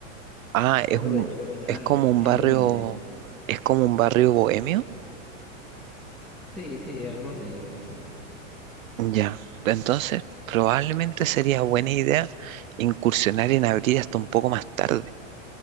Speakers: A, on the right; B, in the centre.
A: Ah, es
B: aprovechar
A: un,
B: esa
A: es como un
B: gente
A: barrio,
B: también.
A: es como un barrio bohemio.
B: Sí, sí, algo así, algo así.
A: Ya. Entonces, probablemente sería buena idea incursionar en abrir hasta un poco más tarde.